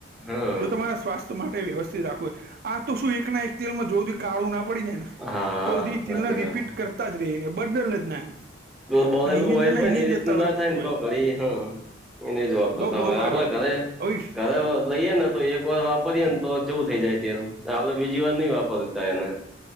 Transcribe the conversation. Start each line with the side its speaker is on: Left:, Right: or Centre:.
Centre: હા.
Right: જો તમારા સ્વાસ્થ્ય માટે વ્યવસ્થિત રાખવુ આ તો શું એક ના એક તેલમાં જો કાળું ના પડી જાય ને
Centre: હા
Right: તોધી તિલ
Centre: સાચી
Right: રિપીટ
Centre: વાત.
Right: કરતા જ રહી ને બડર જ ના એમ
Centre: તો બોલેલું
Right: અને એની
Centre: હોોલ
Right: અંદર ના
Centre: હોય
Right: એની
Centre: ને એ
Right: અંદર
Centre: રીતનું
Right: તળાતું
Centre: ના થાય ને
Right: હોય
Centre: તો કરી હ એ ન જવા
Right: બઉ
Centre: પડતા
Right: બઉ
Centre: હવે
Right: ખરાબ
Centre: આપડે ઘરે
Right: હવે
Centre: ઘરે લઈએે ને તો એક એક વાર વાપરીએ ને તો ચવુ થઈ જાય ત આપડે બીજી વાર નઈ વાપરતા એને